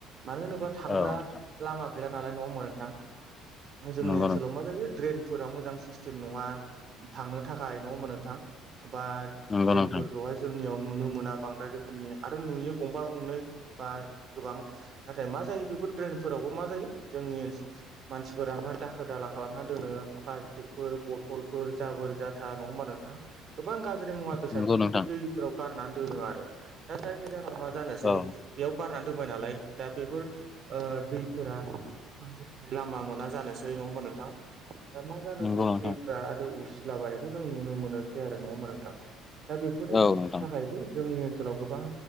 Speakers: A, on the right; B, on the left.
A: मानो होनोबा थांग्रा
B: औ नोंथां
A: लामा गैला नालाय नङा होमबा नोंथां जोंनि
B: नंगौ
A: ओनसो ड्रेनफोरा मोजां सिस्टेम नङा थांनो थाखाय नङा होमबा नोंथां बा
B: नोंथां
A: ड्रेन फोरखौहाय जोंनियाव नुनो मोना बांद्राय रोखोमनि आरो नुयो गंफा गंनै बा गोबां नाथाय मा जायो बेफोर द्रेनफोरावबो मा जायो जोंनि मानसिफोरा मा दाखोर दाला खालामना दोनो प्लास्टिकफोर बथलफोर जाबोर जाथा नङा होमबा नोंथां गोबां गाज्रि मुवा बेसादफोरखौ
B: नंगौ नोंथां
A: बे दैफोराव
B: नंगौ नोंथां
A: गारनानै दोनो आरो दा जायनि जाहोनाव मा जानोसै
B: औ
A: बेयाव गारनानै दोनबाय नालाय दा बेफोर ओ दैफोरा थांनो थाखाय लामा मोना जानोसै नङा होमबा मबा नोंथां नोंथां दा मा जानोसै
B: नंगौ नोंथां
A: दैफ्रा आरो उसि <unintelligible> बायनायखौ जों नुनो मोनोसै आरो नङा ओमबा नोंथां दा बेफोरनि
B: औ नोंथां
A: थाखायबो जोंनि ओनसोलाव गोबां